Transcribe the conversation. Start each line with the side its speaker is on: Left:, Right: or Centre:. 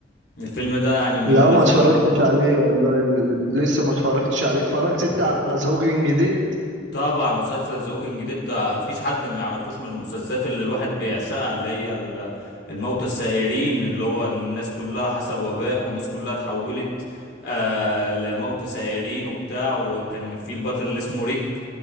Left: الفيلم ده يعني من
Right: لا
Left: الأفلام
Right: ما اتفرجتش عليه والله ال- لسه ما اتفرجتش عليه اتفرجت انت على ذا هوكينج جديد
Left: طبعا مسلسل ذا ووكينج ديد ده مفيش حد ما يعرفوش من المسلسلات اللي الواحد بيعشقها اللي هي ال- الموتى السائرين اللي هو الناس كلها حصل وباء والناس كلها اتحولت آه لموتى سائرين وبتاع وكان في البطل اللي اسمه ريك